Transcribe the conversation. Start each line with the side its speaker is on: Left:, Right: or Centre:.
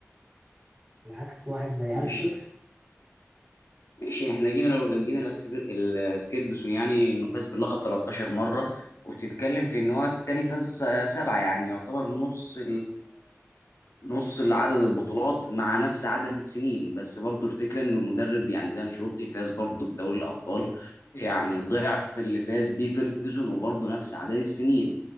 Right: على عكس واحد زي
Left: مش
Right: أليكس فيركس
Left: ماشي احنا جينا لو لو جينا لأكس فير- ال- فيرجسون يعني انه فاز باللقب 13 مره وبتتكلم في ان هو التاني فاز آه، سبعه يعني يعتبر نص نص عدد البطولات مع نفس عدد السنين بس برضو الفكره ان المدرب يعني زي انشيلوتي فاز برضو بدوري الابطال يعني ضعف اللي فاز بيه فيرجسون وبرضو نفس عدد السنين